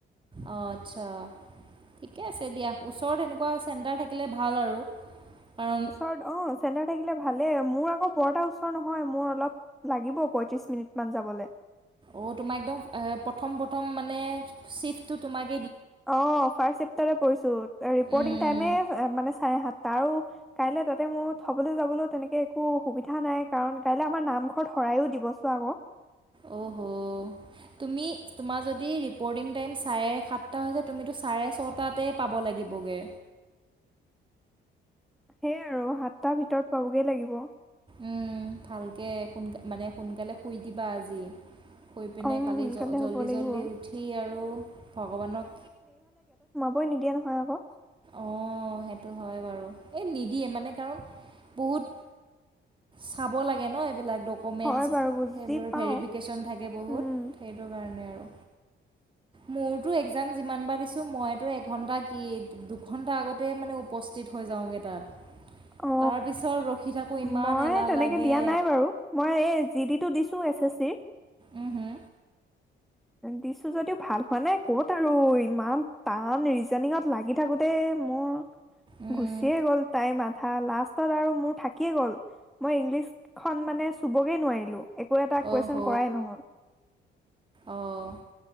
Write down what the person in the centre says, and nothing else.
ওচৰত অ চেণ্টাৰ থাকিলে ভালে মোৰ বৰ এটা ওচৰত নহয় মোৰ অলপ লাগিব পয়ত্ৰিশ মিনিট মান যাবলে
অ ফাৰ্ষ্ট চেপ্তাৰেট পৰিছো ৰিপৰ্টিং
টাইে মানে চাৰে সাতটা আৰু কাইলে তাতে মোৰ থবলৈ যাবলৈ তেনেকে একো সুবিধা নাই কাৰণ কাইলৈ আমাৰ নামঘৰত শৰায়ো দিব চোৱা ক
সেইয়ে আৰু সাতটা ভিতৰত পাবগে লাগিব
সোনকালে
হ'ব লাগিব।
গৈ নিদিয়ে নহয় আকৌ
হয় বাৰু বুজি
পাওঁ
উম,
অ
মই
তেনেকে
দিয়া নাই বাৰু মই এই জি ডি টো দিছো এছ এছ চিৰ
দিছো যদিও ভাল হোৱা নাই কত আৰু ইমান টান ৰিজনিঙত লাগি থাকো দে মোৰ
গুচিয়ে গ'ল তাই মাত লাষ্টত আৰু মোৰ থাকিয়ে গ'ল মই ইংলিছ খন মানে চুবগে নোৱাৰিলো একো এটা কুৱেশ্যন
কৰাই নহ'ল